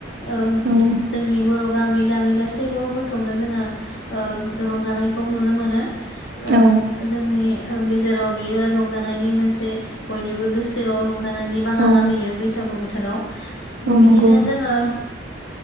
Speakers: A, on the left; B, on the right.
A: अ
B: औ
A: जोंनि बर' गामि गामि गासै बर'फोरखौनो जोङो रंजानायखौ नुनो मोनो। ओ
B: औ
A: जोंनि ओ गेजेराव बेयो रंजानायनि मोनसे बयनिबो गोसोआव रंज जानायनि बाना
B: औ
A: लाबोयो बैसागु बो थोराव
B: औ
A: बिदिनो
B: नंगौ
A: जोङो